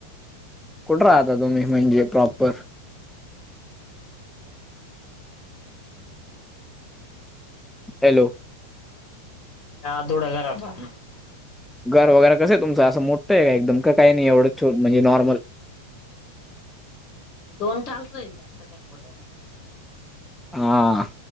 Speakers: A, in the centre; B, on the left (about 35°).
A: कुठ राहता तुम्ही म्हणजे प्रॉपर? हॅलो!
B: हा धुळ्याला राहतो आम्ही.
A: घर वगैरे कसं आहे तुमंच? आस मोठं आहे का? एकदम काही नाही एवढं छोट म्हणजे नॉर्मल.
B: दोन टालतोय, जास्त काही मोठा नाही घालचं.
A: हा